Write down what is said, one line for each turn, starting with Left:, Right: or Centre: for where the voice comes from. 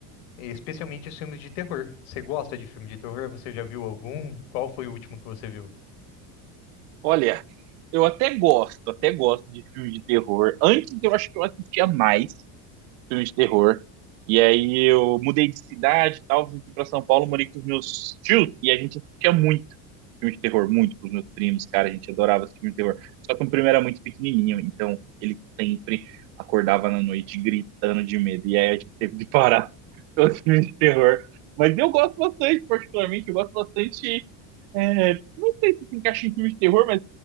Left: e especialmente os filmes de terror. Você gosta de filme de terror? Você já viu algum? Qual foi o último que você viu?
Right: Olha, eu até gosto, até gosto de filmes de terror. Antes eu acho que eu assistia mais filmes de terror. E aí eu mudei de cidade e tal, vim aqui pra São Paulo, morei com os meus tios e a gente assistia muito filme de terror, muito com os meus primos, cara, a gente adorava assistir filme de terror. Só que o primo era muito pequenininho, então ele sempre acordava na noite gritando de medo. E aí a gente teve que parar <laughs> todos os filmes de terror. Mas eu gosto bastante, particularmente, eu gosto bastante é, não sei se se encaixa em filmes de terror, mas